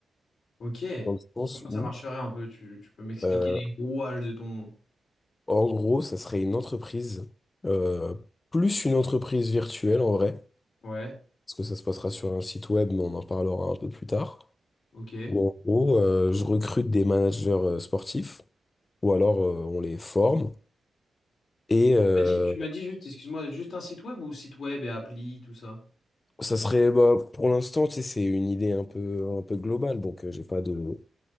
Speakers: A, on the left; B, on the left.
A: Ok.
B: Dans le sens
A: Comment ça
B: où,
A: marcherait un peu? Tu, tu peux m'expliquer
B: euh,
A: les rouages de ton...
B: en gros, ça serait une entreprise, euh, plus une entreprise virtuelle en vrai,
A: Ouais,
B: parce que ça se passera sur un site web, mais on en parlera un peu plus tard.
A: ok. Tu
B: Où en gros, euh, je recrute des managers euh, sportifs, ou alors euh, on les forme. Et euh,
A: m'as dit, tu m'as dit juste, excuse-moi, juste un site web ou site web et appli, tout ça?
B: ça serait, bah, pour l'instant, tu sais, c'est une idée un peu, un peu globale, donc euh, j'ai pas de,